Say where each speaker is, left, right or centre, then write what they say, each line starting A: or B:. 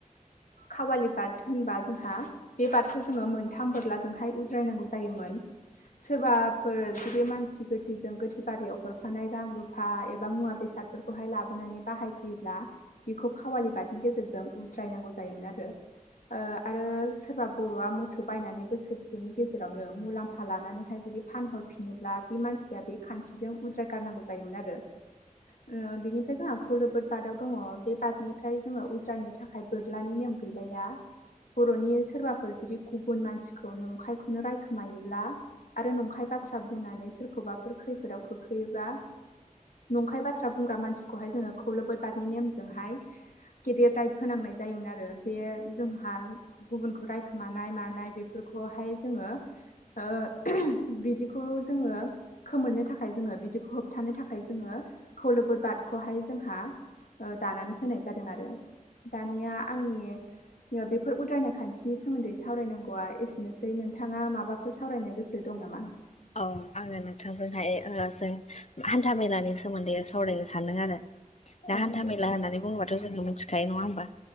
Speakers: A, on the left (about 75°); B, on the left (about 55°).
A: खावालि बाद होनबा जोंहा बे बादखौ जोङो मोनथाम बोरलाजोंहाय उ रायनांगौ जायोमोन। सोरबाफोर जुदि मानसि गोथैजों गोथै बारियाव हरफानाय रां रुफा एबा मुवा बेसाद- बेसादफोरखौहाय लाबोनानै बाहायफैयोब्ला बेखौ खावालि बादनि गेजेरजों उद्रायनांगौ जायोमोन आरो ओ आरो सोरबा बर'आ मोसौ बायनानै बोसोरसे बिनि गेजेरावनो मुलाम्फा लानानैहाय जुदि फानहरफिनोब्ला बि मानसिया बे खान्थिजों उद्राय गारनां- गौ जायोमोन आरो ओ बिनिफ्राय जोंहा खौलोबोद बादाव दङ बे बादनिफ्राय जोङो उद्रायनो थाखाय बोरलानि नेम गैलाया बर'नि सोरबाफोर जुदि गुबुन मानसिखौ नं- नंखायखौनो रायखोमायोब्ला आरो नंखाय बाथ्रा बुंनानै सोरखौबाफोर खैफोदाव खोख्लैयोबा नंखाय बाथ्रा बुंग्रा मानसिखौहाय जोङो खौलोबोद बादनि नेमजोंहाय गेदेर दाय फोनांनाय जायोमोन आरो बे जोंहा गुबुनखौ रायखोमानाय मानाय बेफोरखौ बेहाय जोङो ओ बिदिखौ जोङो खोमोरनो थाखाय जोङो बिदिखौ होबथानो थाखाय जोङो खौलोबोद बादखौहाय जोंहा ओ दानानै होनाय जादों आरो दानिया आंनि बेफोर उद्रायनाय खान्थिनि सोमोन्दै सावरायनांगौआ एसेनो- सै नोंथाङा माबाफोर सावरायनो गोसो दं नामा?
B: औ आङो नोंथांजोंहाय ओ जों हान्था मेलानि सोमोन्दै सावरायनो सान्दों आरो दा
A: औ
B: हान्था
A: दे
B: मेला होननानै बुंयोबाथ' जोङो मोनथिखायो नङा होमबा